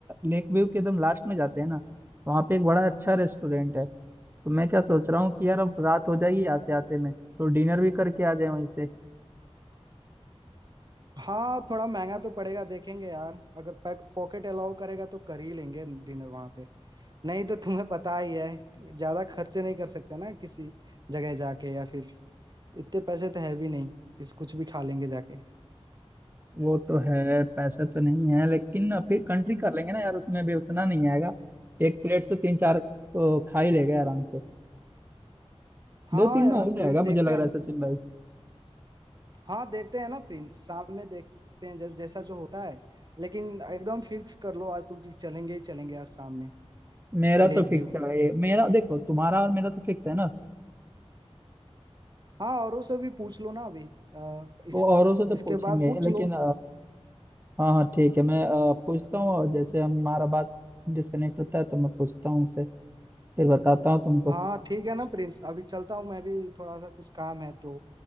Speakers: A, on the right; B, on the right.
A: लेक व्यू के एकदम लास्ट में जाते हैं ना तो वहाँ पे एक बड़ा अच्छा रेस्टोरेंट है तो मैं क्या सोच रहा हूँ कि यार अब रात हो जाएगी आते आते में तो डिनर भी करके आ जाए वहीं से
B: हाँ थोड़ा महंगा तो पड़ेगा देखेंगे यार अगर पैक पॉकेट अलाउ करेगा तो कर ही लेंगे डिनर वहां पे नहीं तो तुम्हें पता ही है ज्यादा खर्चे नहीं कर सकते ना किसी जगह जाके या फिर इतने पैसे तो है भी नहीं किस कुछ भी खा लेंगे जाके
A: वो तो है पैसा तो नहीं है लेकिन फिर कंट्री कर लेंगे ना यार उसमें भी उतना नहीं आएगा एक प्लेट से तीन चार तो खा ही लेगा आराम से
B: हाँ
A: दो तीन
B: यार
A: में हो
B: प्रिंस
A: जाएगा मुझे
B: देखते
A: लग रहा
B: हैं
A: है सचिन भाई
B: हाँ देखते हैं ना प्रिंस शाम में देखते हैं जब जैसा जो होता है लेकिन एकदम फिक्स कर लो आज तुम कि चलेंगे ही चलेंगे आज शाम में
A: मेरा
B: लेक
A: तो फिक्स
B: व्यू
A: है भाई मेरा देखो तुम्हारा और मेरा तो फिक्स है ना
B: हाँ औरों से भी पूछ लो ना अभी आ, इस,
A: वो औरों से तो
B: इसके
A: पूछेंगे
B: बाद पूछ
A: लेकिन
B: लो
A: हाँ हाँ ठीक है मैं अ, पूछता हूँ और जैसे हमारा बात डिस्कनेक्ट होता है तो मैं पूछता हूँ उससे फिर बताता हूँ तुमको
B: हाँ ठीक है ना प्रिंस अभी चलता हूँ मैं भी थोड़ा सा कुछ काम है तो